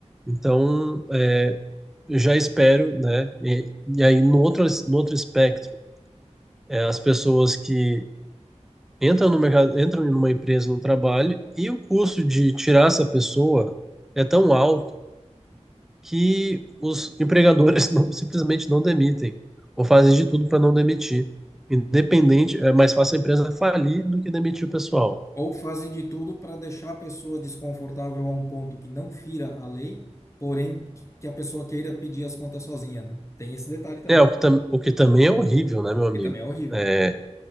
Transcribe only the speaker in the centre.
Então, é, eu já espero, né? E, e aí, no outro, no outro espectro, é, as pessoas que entram no mercado, entram em uma empresa, no trabalho, e o custo de tirar essa pessoa é tão alto que os empregadores <laughs> não, simplesmente não demitem, ou fazem de tudo para não demitir. Independente, é mais fácil a empresa falir do que demitir o pessoal.
É, o que, tam, o que também é horrível, né, meu amigo?
É,